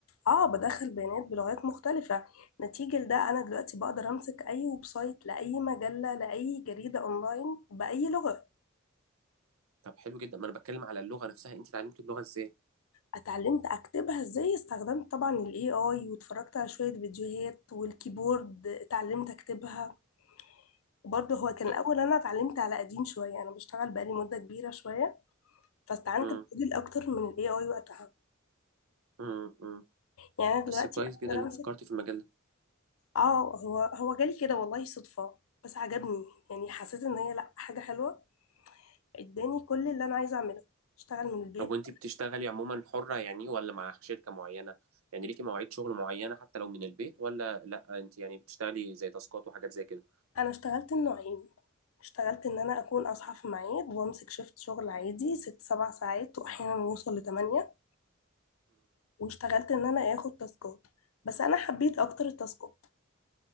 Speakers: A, on the left; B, on the right.
A: اه بدخل بيانات بلغات مختلفه نتيجه لده انا دلوقتي بقدر امسك اي ويب سايت لاي مجله لاي جريده اونلاين باي لغه
B: طب حلو جدا ما انا بتكلم على اللغة نفسها انت اتعلمتي اللغة ازاي
A: اتعلمت اكتبها ازاي استخدمت طبعا الاي اي واتفرجت على شويه فيديوهات والكيبورد اتعلمت اكتبها برضه هو كان
B: طب
A: الأول أنا اتعلمت على قديم شوية أنا بشتغل بقالي مدة كبيرة شوية فاستعنت
B: امم
A: بموديل أكتر من ال AI وقتها
B: امم
A: يعني أنا دلوقتي
B: بس كويس
A: أقدر
B: جدا
A: والله
B: انك
A: أمسك
B: فكرتي في المجال ده
A: اه هو هو جالي كده والله صدفة بس عجبني يعني حسيت إن هي لأ حاجة حلوة اداني كل اللي أنا عايزة أعمله اشتغل من البيت
B: طب وانت بتشتغلي عموما حرة يعني ولا مع شركة معينة يعني ليكي مواعيد شغل معينة حتى لو من البيت ولا لا انت يعني بتشتغلي زي تاسكات وحاجات زي كده
A: أنا اشتغلت النوعين اشتغلت إن أنا أكون أصحى في ميعاد وأمسك شيفت شغل عادي ست سبع ساعات وأحيانا يوصل لتمانية واشتغلت إن أنا آخد تاسكات بس أنا حبيت أكتر التاسكات